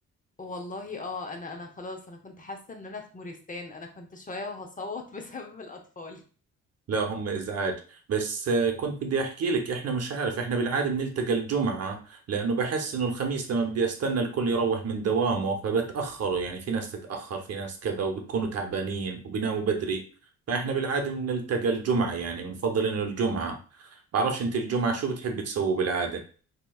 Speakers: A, on the left (about 25°); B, on the right (about 55°).
A: والله اه انا انا خلاص انا كنت حاسة ان انا في مورستان انا كنت شوية وهصوت <laughs> بسبب الأطفال
B: لا هم ازعاج بس آه، كنت بدي احكي لك احنا مش عارف احنا بالعاده بنلتقى الجمعه لانه بحس انه الخميس لما بدي استنى الكل يروح من دوامه فبتاخروا يعني في ناس تتاخر في ناس كذا وبتكونوا تعبانين وبيناموا بدري فاحنا بالعاده بنلتقى الجمعه يعني بنفضل انه الجمعه بعرفش انت الجمعه شو بتحب تسووا بالعاده